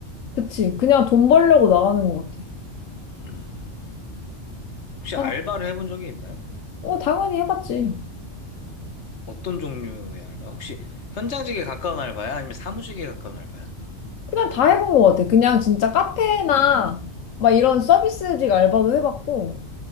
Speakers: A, on the left; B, on the left.
A: 그치? 그냥 돈 벌려고 나가는 것 같아.
B: 음. 혹시
A: 아,
B: 알바를 해본 적이 있나요?
A: 어 당연히 해봤지.
B: 어떤 종류의 알바? 혹시 현장직에 가까운 알바야? 아니면 사무직에 가까운 알바야?
A: 그냥 다 해본 것 같아. 그냥 진짜 카페나
B: 음.
A: 막 이런 서비스직 알바도 해봤고